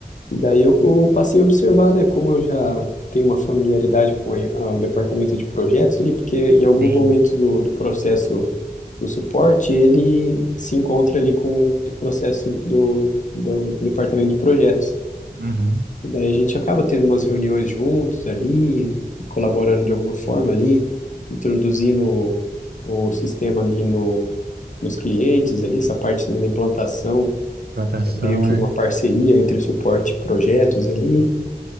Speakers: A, on the left; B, on the right.
A: E daí eu, eu passei a observar, né, como eu já tenho uma familiaridade com a- a- o departamento de projetos ali, porque em alguns
B: sim.
A: momentos do, do processo do suporte, ele se encontra ali com o processo do, do departamento de projetos.
B: Uhum.
A: E daí a gente acaba tendo umas reuniões juntos ali, colaborando de alguma forma ali, introduzindo o, o sistema ali no, nos clientes ali, essa parte também da implantação,
B: Plantação,
A: é meio que
B: né?
A: uma parceria entre o suporte e projetos ali.